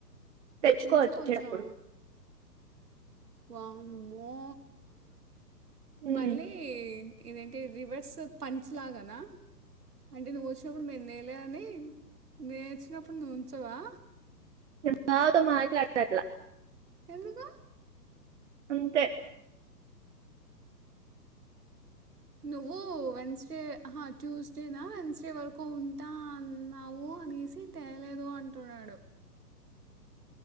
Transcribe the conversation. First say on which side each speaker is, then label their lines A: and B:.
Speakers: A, on the right (about 45°); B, on the right (about 65°).
A: <unintelligible>
B: ఉంచు కొంచెం వామ్మో
A: ఉమ్
B: మళ్ళీ ఇదేంటే రివర్స్ పంచ్ లాగానా అంటే నువ్వు వచ్చినప్పుడు మేము తేలేదని మేము వచ్చినప్పుడు నువ్వు ఉంచవా
A: <unintelligible>
B: ఎందుకు
A: అంతే
B: నువ్వు వెన్స్డే ట్యూస్డేనా వెన్స్డే వరకు ఉంటా అన్నావు అనేసి తేలేదు అంటున్నాడు